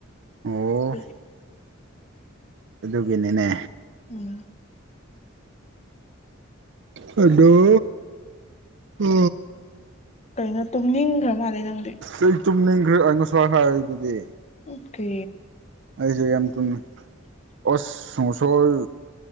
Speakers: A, on the right (about 60°); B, on the left (about 35°).
A: ꯑꯣ
B: ꯑꯗꯨꯗꯤ
A: ꯑꯗꯨꯒꯤꯅꯤꯅꯦ
B: ꯎꯝ
A: ꯍꯗꯣ ꯑ
B: ꯀꯩꯅꯣ ꯇꯨꯝꯅꯤꯡꯈ꯭ꯔ ꯃꯥꯜꯂꯦ ꯅꯪꯗꯤ
A: ꯑꯩ ꯇꯨꯝꯅꯤꯡꯈ꯭ꯔ ꯑꯉ ꯁ ꯍꯥꯏ ꯑꯗꯨꯗꯤ
B: ꯑꯣꯀꯦ
A: ꯑꯩꯁꯨ ꯌꯥꯝ ꯇꯨꯝꯃꯦ ꯑꯁꯁꯣꯏ